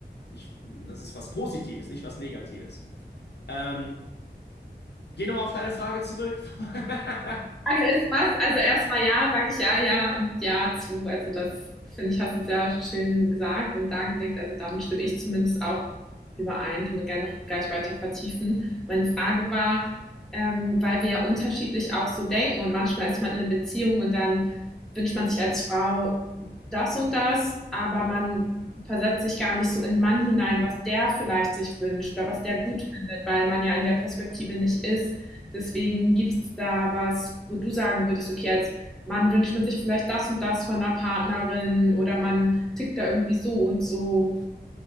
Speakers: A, on the left (about 75°); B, in the centre.
A: ich, das ist was Positives, nicht was Negatives. Ähm, geh nochmal auf deine Frage zurück. <laughs>
B: Frage ist was? Also erstmal ja, sage ich ja, ja und ja zu. Also das finde ich, hast du sehr schön gesagt und dargelegt. Also damit stimme ich zumindest auch überein. Kann man gerne noch gleich weiter vertiefen. Meine Frage war, ähm, weil wir ja unterschiedlich auch so denken und manchmal ist man in einer Beziehung und dann wünscht man sich als Frau das und das, aber man versetzt sich gar nicht so in den Mann hinein, was der vielleicht sich wünscht oder
A: Hm.
B: was der gut findet, weil man ja in der Perspektive nicht ist. Deswegen gibt es da was, wo du sagen würdest, okay, als Mann wünscht man sich vielleicht das und das von einer Partnerin oder man tickt da irgendwie so und so.